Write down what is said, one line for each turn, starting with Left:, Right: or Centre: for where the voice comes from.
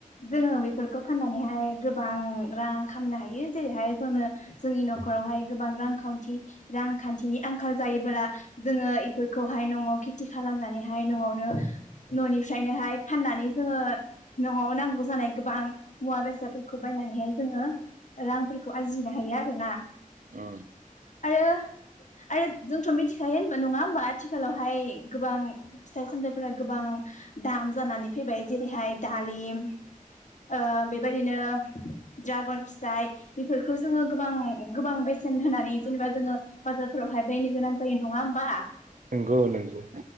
Left: जोङो बेफोरखौ फाननानैहाय गोबां रां खामनो हायो जेरैहाय जोंनो जोंनि न'खरावहाय गोबां रांखान्थि रांखान्थिनि आंखाल जायोबोला जोङो इफोरखौहाय न'आव खेथि खालामनानैहाय न'आवनो न'निफ्राय ओखायनोहाय फाननानै जोङो न'आव नांगौ जानाय गोबां मुवा बेसादफोरखौ बायनानैहाय जोङो रांफोरखौ आरजिनो हायो आरो ना
Right: अ
Left: आरो आरो जोंथ' मिथिखायो होनबा नङा होमबा आथिखालावहाय गोबां फिथाइ सामथाइफोरा गोबां दाम जानानै फैबाय जेरैहाय दालिम ओ बेबायदिनो ड्रागन फिथाइ बेफोरखौ जोङो गोबां गोबां बेसेन होनानै जेनेबा जोङो बाजारफोरावहाय बायनो गोनां जायो नङा होमबा
Right: नंगौ नंगौ